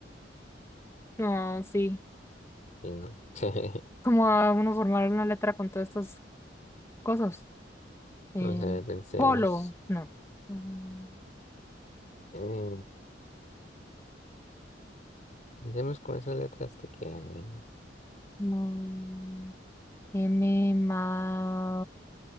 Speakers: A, on the left; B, on the left.
A: No, sí.
B: Y no. <laughs>
A: ¿Cómo va uno a formar una letra con todas estas cosas? Eh,
B: Vamos a ver, pensemos.
A: polo, no. Mm,
B: Eh, Empecemos con esas letras que quedan ahí.
A: no. M, ma,